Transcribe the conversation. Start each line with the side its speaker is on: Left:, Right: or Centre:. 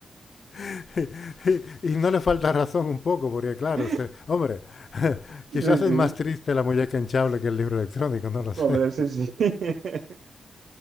Left: <laughs> Y, y no le falta razón un poco, porque claro,
Right: <laughs>
Left: se- hombre, <laughs>
Right: Sí,
Left: quizás
Right: sí,
Left: es más triste la muñeca hinchable que el libro electrónico, no lo sé.
Right: hombre, sí, sí. <laughs>